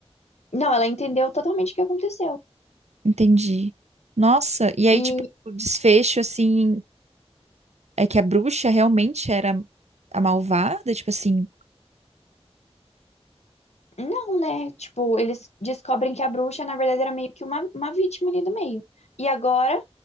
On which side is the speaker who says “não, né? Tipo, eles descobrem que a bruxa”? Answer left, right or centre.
Left